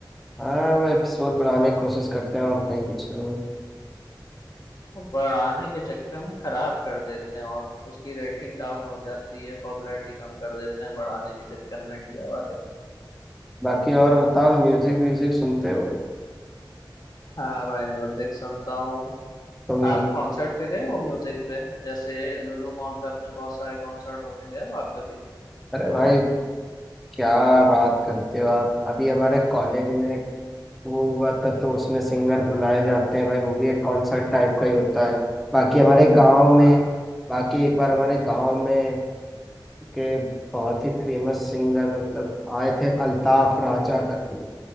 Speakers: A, in the centre; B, on the left.
A: हाँ वो एपिसोड बनाने की कोशिश करते हैं और कहीं कुछ नहीं
B: और बढ़ाने के चक्कर में खराब कर देते हैं और उसकी रेटिंग डाउन हो जाती है पॉपुलैरिटी कम कर देते हैं बढ़ाने के चक्कर में इंडिया वाले
A: बाकी और बताओ म्यूजिक व्यूजिक सुनते हो
B: हाँ भाई म्यूजिक सुनता हूँ
A: तो म्यूजिक
B: आप कॉन्सर्ट पे गए हो म्यूजिक पे जैसे लुलु मॉल पे अपने बहुत सारे कॉन्सर्ट होते हैं गए हो आप कभी
A: अरे भाई क्या बात करते हो आप अभी हमारे कॉलेज में एक वो हुआ था तो उसमें सिंगर बुलाए जाते हैं भाई वो भी एक कॉन्सर्ट टाइप का ही होता है बाकी हमारे
B: हाँ
A: गांव में बाकी एक बार हमारे गांव में के बहुत ही फेमस सिंगर मतलब आए थे अल्ताफ राजा करके